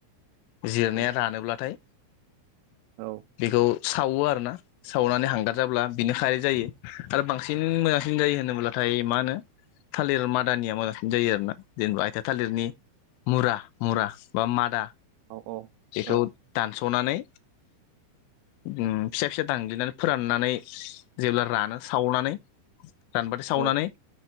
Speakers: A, on the left (about 80°); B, on the right (about 85°).
A: जिरनाया
B: औ
A: रानोब्लाथाय
B: औ
A: बेखौ सावो आरो ना सावनानै हांगार जाब्ला बिनो खायै जायो आरो बांसिन मोजांसिन जायो होनोब्लाथाय मा होनो थालिर मादानिया मोजांसिन जायो आरोना जेनेबा आथिया थालिरनि मुरा मुरा बा मादा
B: औ औ
A: बेखौ
B: औ
A: दानस'नानै उम फिसा फिसा दांनग्लिनानै फोराननानै जेब्ला रानो सावनानै रानबाथाय सावनानै
B: औ